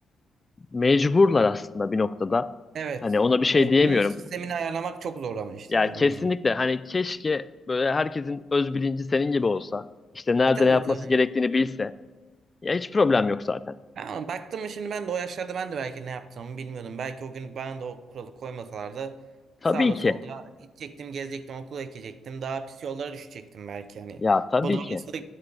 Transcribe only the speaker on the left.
mecburlar aslında bir noktada.
Hani ona bir şey
diyemiyorum.
Ya
kesinlikle
hani keşke böyle herkesin öz bilinci senin gibi olsa. İşte nerede
ne yapması
gerektiğini bilse. Ya hiç problem yok zaten.
Tabii
ki.
Ya tabii
ki.